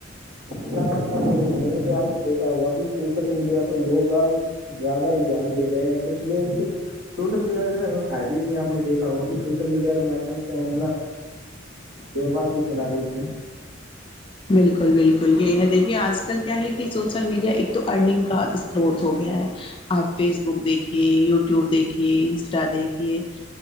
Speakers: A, on the right (about 60°); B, on the left (about 25°).
A: ماننا تو یہی ہے کہ آپ نے دیکھا ہوا کہ سوشل میڈیا پہ لوگ آگ زیادہ ہی دھیان دے رہے ہیں کچھ لوگ تھ سوشل میڈیا ج سے ہمیں فائدے بھی آپ نے دیکا ہوا کہ سوشل میڈیا کے م ایک دم سے ہم اپنا ووپار بھی چلا لیتے ہیں
B: بالکل بالکل یہ ہے دیکھیے آج کل کیا ہے کہ سو سول میڈیا ایک تو ارننگ کا سروت ہو گیا ہے آپ فیس بک دیکھیے یوٹیوب دیکھیے انسٹا دیکھیے